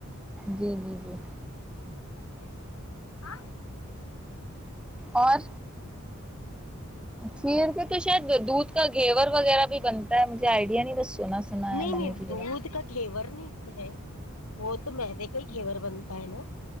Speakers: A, in the centre; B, on the left.
A: جی جی جی
B: خال آم
A: اور کھیر کے تو شاید دودھ کا گھیور وغیرہ بھی بنتا ہے مجھے آئیڈیا نہیں بس سنا سنا
B: نہیں
A: ہے میں
B: نہیں
A: نے گھیور
B: دودھ کا گھیور نہیں ہے وہ تو مدے کا ہی گھیور بنتا ہے نا